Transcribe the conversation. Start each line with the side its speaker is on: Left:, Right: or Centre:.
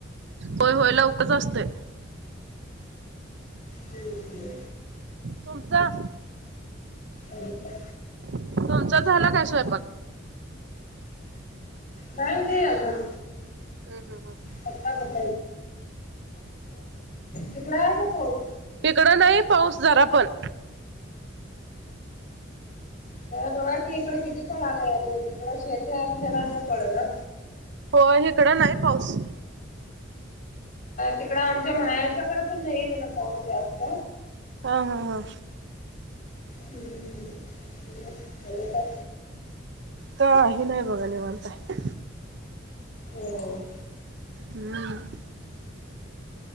Right: होय होय लवकरच असतोय
Left: हम्म,
Right: तुमचा
Left: आणि काय?
Right: तुमचा झाला काय स्वयंपाक?
Left: नाहीय नाही अजून
Right: हम हम हम
Left: पता <unintelligible> तिकड आहे काय पाऊस?
Right: इकडं नाही पाऊस जरा पण
Left: तर बघा ती इकडे किती पूर आले आणि तिकड शेती असलेलाना पड ना
Right: हो हीकडं नाही पाऊस
Left: तिकडं आमच्या माहेरच्याकडे पण नाही म्हण पाऊस जास्त.
Right: हा हा हा
Left: हम्म् मग आणि काय?
Right: काही नाही बघा निवांत हाय
Left: होय..
Right: हम्.